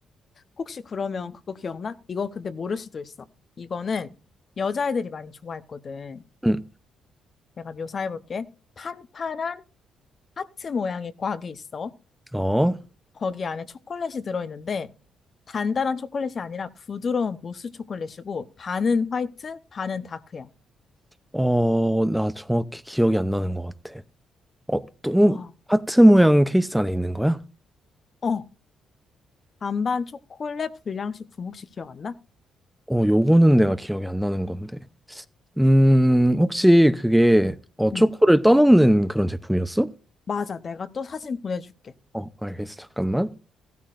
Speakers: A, on the left; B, in the centre.
A: 혹시 그러면 그거 기억나? 이거 근데 모를 수도 있어. 이거는 여자애들이 많이 좋아했거든.
B: 응.
A: 내가 묘사해볼게. 판판한 하트 모양의 곽이 있어.
B: 어?
A: 거기 안에 초콜릿이 들어있는데 단단한 초콜릿이 아니라 부드러운 무스 초콜릿이고 반은 화이트, 반은 다크야.
B: 어, 나 정확히 기억이 안 나는 것 같아. 어, 똥
A: 와.
B: 하트 모양 케이스 안에 있는 거야?
A: 어, 반반 초콜릿 불량식품 혹시 기억 안 나?
B: 어, 요거는 내가 기억이 안 나는 건데. 음, 혹시 그게 어, 초코를
A: 응.
B: 떠먹는 그런 제품이었어?
A: 맞아. 내가 또 사진 보내줄게.
B: 어, 알겠어. 잠깐만.